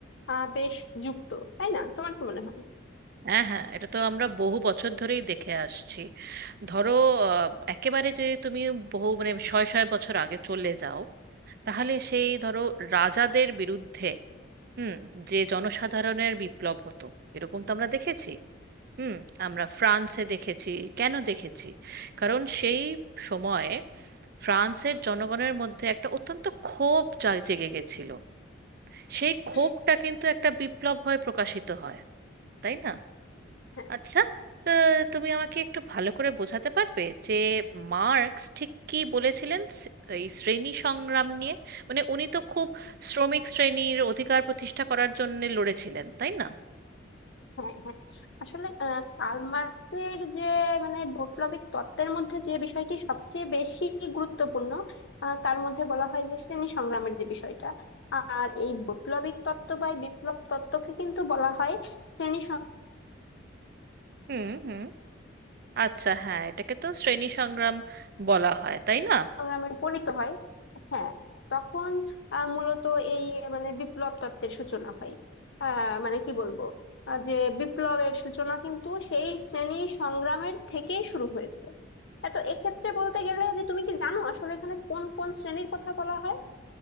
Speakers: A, on the left (about 60°); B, on the right (about 50°).
A: আহ বেশ যুক্ত তাই না তোমার কি মনে হয়
B: হ্যাঁ হ্যাঁ এটা তো আমরা বহু বছর ধরেই দেখে আসছি ধরো আহ, একেবারে যে তুমি বহু মানে শয়ে শয়ে বছর আগে চলে যাও তাহলে সেই ধরো রাজাদের বিরুদ্ধে হুম যে জনসাধারণের বিপ্লব হতো এরকম তো আমরা দেখেছি হুম আমরা ফ্রান্সে দেখেছি কেন দেখেছি কারণ সেই সময়ে ফ্রান্সের জনগণের মধ্যে একটা অত্যন্ত ক্ষোভ জা- জেগে গেছিল সেই ক্ষোভটা
A: হুম
B: কিন্তু একটা বিপ্লব হয়ে প্রকাশিত হয় তাই না
A: হ্যাঁ
B: আচ্ছা আহ, তুমি আমাকে একটু ভালো করে বোঝাতে পারবে যে মার্কস ঠিক কি বলেছিলেন স- এই শ্রেণী সংগ্রাম নিয়ে মানে উনি তো খুব শ্রমিক শ্রেণীর অধিকার প্রতিষ্ঠা করার জন্য লড়েছিলেন তাই না
A: হ্যাঁ হ্যাঁ আসলে আহ, কার্ল মার্কসের যে মানে বৈপ্লবিক তত্ত্বের মধ্যে যে বিষয়টি সবচেয়ে বেশি গুরুত্বপূর্ণ আহ, তার মধ্যে বলা হয় যে শ্রেণী সংগ্রামের যে বিষয়টা আর এই বৈপ্লবিক তত্ত্ব বা এই বিপ্লব তত্ত্বকে কিন্তু বলা হয় শ্রেণী
B: হুম হুম আচ্ছা হ্যাঁ এটাকে তো শ্রেণী সংগ্রাম বলা হয় তাই না
A: সংগ্রামে উপনীত হয় হ্যাঁ তখন আহ, মূলত এই মানে বিপ্লব তত্ত্বের সূচনা হয় আহ, মানে কি বলবো আহ, যে বিপ্লবের সূচনা কিন্তু সেই শ্রেণী সংগ্রামের থেকেই শুরু হয়েছে এ তো এক্ষেত্রে বলতে গেলে যে তুমি কি জানো আসলে এখানে কোন কোন শ্রেণীর কথা বলা হয়